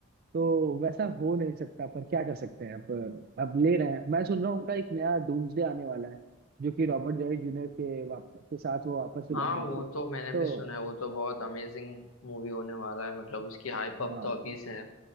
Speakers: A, on the right (about 45°); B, on the left (about 70°).
A: तो वैसा हो नहीं सकता पर क्या कर सकते हैं अब अब ले रहे हैं मैं सुन रहा हूँ उनका एक नया डूम्सडे आने वाला है जो कि रॉबर्ट डॉनी जूनियर के वाप, के साथ वो वापस से
B: हाँ
A: बनाएंगे
B: वो तो मैंने
A: तो
B: भी सुना है वो तो बहुत अमेजिंग मूवी होने वाला है मतलब उसकी हाइप
A: हाँ
B: अप तो अभी से है